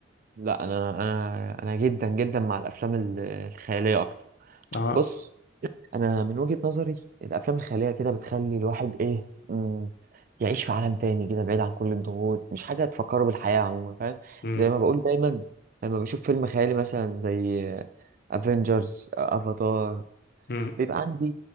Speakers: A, on the right; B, on the left.
A: لا انا انا انا جدا جدا مع الافلام ال- الخياليه اكتر
B: اه
A: بص انا من وجهه نظري الافلام الخياليه كده بتخلي الواحد ايه مم، يعيش في عالم تاني كده بعيد عن كل الضغوط مش حاجه تفكره بالحياه عموما فاهم
B: امم
A: زي ما بقول دايما لما بشوف فيلم خيالي مثلا زي افنجرز افاتار
B: امم
A: بيبقى عندي